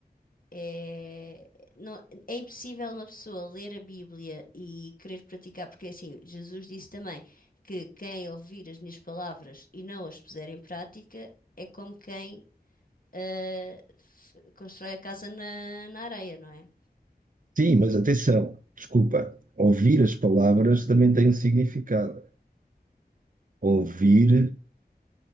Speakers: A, on the left; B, on the right.
A: é, não- é impossível uma pessoa ler a Bíblia e querer praticar, porque assim, Jesus disse também que quem ouvir as minhas palavras e não as puser em prática é como quem eh, f- constrói a casa na, na areia, não é?
B: Sim, mas atenção, desculpa. Ouvir as palavras também tem um significado. Ouvir